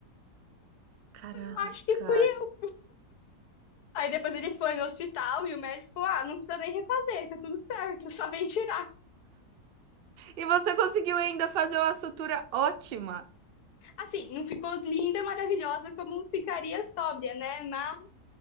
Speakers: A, on the right; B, on the left.
A: Caraca.
B: Eu acho que fui eu. Aí depois ele foi no hospital e o médico falou, ah, não precisa nem refazer, tá tudo certo, <laughs> só vem tirar.
A: E você conseguiu ainda fazer uma sutura ótima,
B: Assim, não ficou linda, maravilhosa como ficaria sóbria, né? Mas